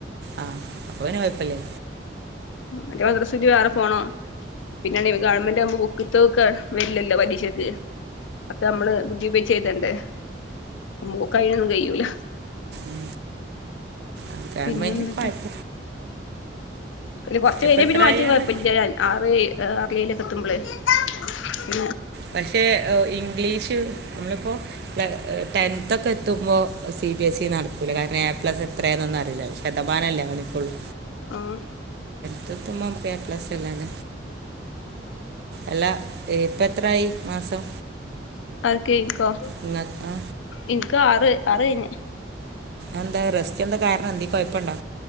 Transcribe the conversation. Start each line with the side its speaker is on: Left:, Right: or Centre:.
Right: ആഹ് അപ്പൊ അവന് കുഴപ്പല്ലേ
Left: ്ന്റെ വദ്രസുറ്റി വേറെ പോണം പിന്നെ ഗവൺമെന്റ് ആകുമ്പ് ബുക്ക് ക്ക വരില്ലല്ലോ പലീശക്ക് അപ്പൊ നമ്മള് ബുദ്ധി ചെയ്തണ്ടണ്ട് അപ്പ മോക്ക കഴഞ്ഞൊന്നും കഴൂല
Right: ഉ അത
Left: പിന്നെ
Right: മതി
Left: എന്തൊക്കെയാ
Right: പായപ്പ
Left: അല്ല കുറച്ച
Right: ഇപ്പം
Left: പ
Right: എത്ര
Left: പിന്നെ മാറ്റഴ
Right: ഇയറ്
Left: ആറ് ആറിലൈയിലൊക്കെത്തുമ്പള് പി
Right: പക്ഷെ ഇംഗ്ലീഷ് നമ്മളിപ്പോ ടെൻത്ത ഒക്കെ എത്തുമ്പോൾ സി ബി എസ് ഇ നടക്കൂല കാരണം എ പ്ലസ് എത്രയാെന്നൊന്നും അറിയില്ല ശതമാനല്ലേണനിക്കള്ളൂ
Left: ആഹ
Right: ടെ തുമമുക്ക് പ്ലാല്ല അല്ലപ്പ അത്രായി മാസം
Left: അക്കെ ഇനക്കോ
Right: നിങ്ങൾക്ക്
Left: ഇനക്കാ അറ അരന
Right: എന്താ റെസ്റ്റ് എന്താ കാരണം എന്തീ പയപ്പണ്ടാ